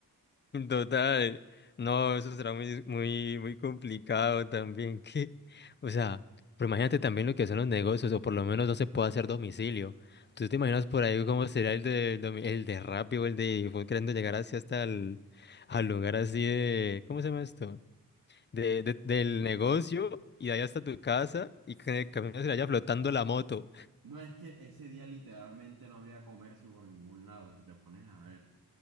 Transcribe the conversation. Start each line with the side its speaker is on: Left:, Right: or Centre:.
Left: <laughs> Total. No, eso será muy, muy, muy complicado también. Que, o sea, pero imagínate también lo que son los negocios, o por lo menos no se puede hacer domicilio. ¿Tú te imaginas por ahí cómo será el de, domi- el de Rappi o el de fue queriendo llegar así hasta el al lugar así de, ¿cómo se llama esto? de-
Right: De-
Left: de- del negocio y de ahí hasta tu casa y
Right: Sí.
Left: que en el camino se le vaya flotando la moto.
Right: No es que ese día literalmente no habría comercio por ningún lado, si te pones a ver.